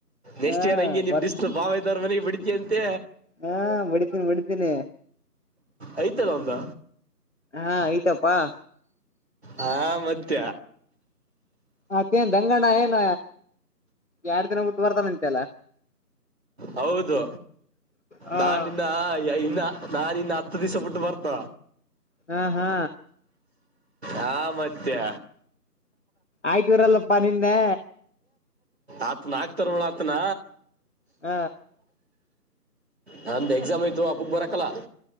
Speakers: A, on the right; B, on the left.
A: ನೆಕ್ಟ್
B: ಹಾ
A: ಏನ್ ಹಂಗಗೆ ನಿಮ್
B: ಬರ್
A: ಸ್ ಬಾವದಾರ ಮನೆಗೆ ಬಿಡಿತ ಅಂತೆ
B: ಹಾ ಬಡಿತೀನಿ ಬಡಿತೀನಿ
A: ಆಯ್ತಲ್ಲ ಒಂದ
B: ಹಾ ಆಯ್ತಪ್ಪಾ
A: ಹಾ ಮತ್ತ
B: ಮತ್ತೇನ್ ದಂಗಣ್ಣ ಏನ ಎರಡ್ ದಿನ ಹುಟ್ಟು ಬರ್ತಾನ ಅಂತೆ ಎಲ್ಲ
A: ಹೌದು
B: ಹ
A: ನಾನಿನ್ನ ಇನ್ನ ನಾನ ಇನ್ನು ಹತ್ತು ದಿವಸೊಟ್ಟು ಬರತ
B: ಹಾ ಹಾ
A: ಹಾ ಮತ್ತೆ
B: ಆಯ್ತುವರಲ್ಲಪ್ಪ ನಿಿಂದೆ
A: ಆತ್ನ ಆಕ್ತರ್ ಮಳ ಆತ್ನ
B: ಹ
A: ನಮ್ದ್ ಎಕ್ಸಾಮ್ ಆಯ್ತು ಆ ಬುಕ್ ಬರಕಲ್ಲ